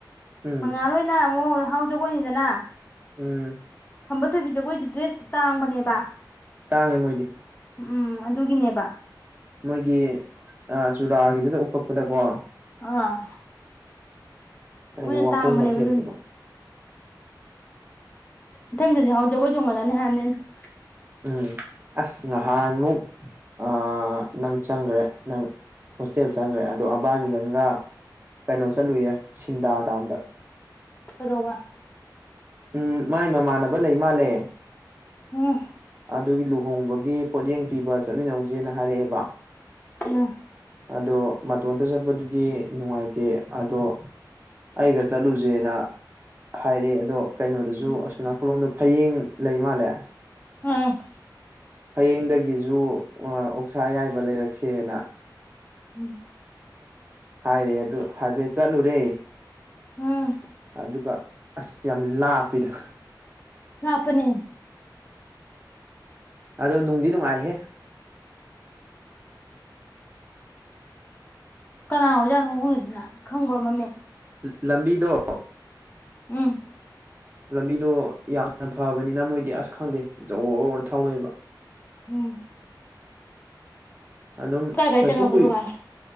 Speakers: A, on the right; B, on the left.
A: ꯎꯝ
B: ꯃꯉꯥꯜꯍꯣꯏꯅ ꯑꯃꯨꯛ ꯍꯥꯎ ꯖꯒꯣꯏꯅꯤꯗꯅ
A: ꯎꯝ
B: ꯈꯝꯕ ꯊꯣꯏꯕꯤ ꯖꯒꯣꯏꯖꯦ ꯗ꯭ꯔꯦꯁꯇꯤ ꯇꯥꯡꯕꯅꯦꯕ
A: ꯇꯥꯡꯉꯦ ꯃꯣꯏꯗꯤ
B: ꯎꯝ ꯑꯗꯨꯒꯤꯅꯦꯕ
A: ꯃꯣꯏꯒꯤ ꯑꯥ ꯆꯨꯔꯥꯒꯤꯗꯨꯗ ꯎꯞꯄꯛꯄꯗꯀꯣ
B: ꯑꯥ
A: ꯍꯥꯏꯗꯤ
B: ꯃꯣꯏꯅ
A: ꯋꯥꯈꯣꯡꯒ
B: ꯇꯥꯡꯕꯅꯦꯕ
A: ꯊꯦꯠꯄꯗꯣ
B: ꯑꯗꯨꯒꯤ ꯏꯊꯪꯗꯗꯤ ꯍꯥꯎ ꯖꯒꯣꯏ ꯆꯣꯡꯉꯜꯂꯅꯤ ꯍꯥꯏꯕꯅꯦ ꯑꯩꯅ
A: ꯎꯝ ꯑꯁ ꯉꯍꯥꯟꯃꯨꯛ- -- ꯅꯪ ꯆꯪꯈ꯭ꯔꯦ ꯅꯪ ꯍꯣꯁꯇꯦꯜ ꯆꯪꯈ꯭ꯔꯦ ꯑꯗꯣ ꯑꯕꯥꯏ ꯃꯤꯂꯟꯒ꯫ ꯀꯩꯅꯣ ꯆꯠꯂꯨꯏꯌꯦ ꯁꯤꯟꯗꯥꯗꯥꯝꯗ꯫
B: ꯀꯗꯧꯕ꯫
A: ꯎꯝ ꯃꯥꯏ ꯃꯃꯥꯟꯅꯕ ꯂꯩꯃꯥꯜꯂꯦ꯫
B: ꯎꯝ꯫
A: ꯑꯗꯨꯒꯤ ꯂꯨꯍꯣꯡꯕꯒꯤ ꯄꯣꯠꯌꯦꯡ ꯄꯤꯕ ꯆꯠꯃꯤꯟꯅꯧꯁꯦꯅ ꯍꯥꯏꯔꯛꯑꯦꯕ꯫
B: ꯎꯝ꯫
A: ꯑꯗꯣ ꯃꯇꯣꯟꯇ ꯆꯠꯄꯗꯨꯗꯤ ꯅꯨꯡꯉꯥꯏꯇꯦ꯫ ꯑꯗꯣ ꯑꯩꯒ ꯆꯠꯂꯨꯁꯦꯅ ꯫ ꯍꯥꯏꯔꯦ ꯑꯗꯣ ꯀꯩꯅꯣꯗꯁꯨ
B: ꯎꯝ
A: ꯑꯁꯣꯅꯥꯀꯜꯂꯣꯝꯗꯣ ꯐꯌꯦꯡ ꯂꯩꯃꯥꯜꯂꯦ꯫
B: ꯎꯝ꯫
A: ꯐꯌꯦꯡꯗꯒꯤꯁꯨ ꯑꯣꯛꯁꯥ ꯑꯌꯥꯏꯕ ꯂꯩꯔꯛꯁꯦꯅ꯫
B: ꯎꯝ꯫
A: ꯍꯥꯏꯔꯦ ꯑꯗꯨ ꯍꯥꯏꯐꯦꯠ ꯆꯠꯂꯨꯔꯦ
B: ꯎꯝ
A: ꯑꯗꯨꯒ ꯑꯁ ꯌꯥꯝ ꯂꯥꯛꯞꯄꯤꯗ꯫
B: ꯂꯞꯄꯥꯅꯦ꯫
A: ꯑꯗꯣ ꯅꯨꯡꯗꯤ ꯅꯨꯡꯉꯥꯏꯍꯦ꯫
B: ꯀꯅꯥ ꯑꯣꯖꯥꯠꯅ ꯍꯣꯡꯉꯤꯗꯨꯅ ꯈꯪꯕ꯭ꯔ ꯃꯃꯤꯡ
A: ꯂꯝꯕꯤꯗꯣ꯫
B: ꯎꯝ꯫
A: ꯂꯝꯕꯤꯗꯣ ꯌꯥꯝꯅ ꯐꯕꯅꯤꯅ ꯃꯣꯏꯗꯤ ꯑꯁ ꯈꯪꯗꯦ ꯖꯣꯔ ꯊꯧꯋꯦꯕ꯫
B: ꯎꯝ꯫
A: ꯑꯗꯨꯝ
B: ꯀꯥꯏ ꯀꯥꯏ
A: ꯀꯩꯁꯨ
B: ꯆꯪꯉꯛꯄ
A: ꯀꯨꯏ
B: ꯗꯨꯀꯥꯟ